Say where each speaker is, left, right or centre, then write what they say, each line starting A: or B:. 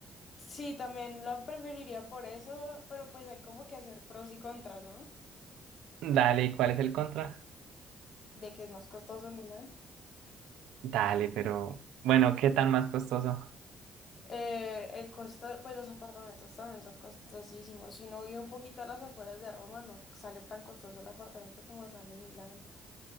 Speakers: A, on the left; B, on the right.
A: Sí, también la preferiría por eso, pero pues hay como que hacer pros y contras, ¿no?
B: Dale, ¿y cuál es el contra?
A: De que es más costoso Milán.
B: Dale, pero, bueno, ¿qué tan más costoso?
A: Eh, el costo, pues los apartamentos también son costosísimos. Si uno vive un poquito a las afueras de Roma, no sale tan costoso el apartamento como sale en Milán.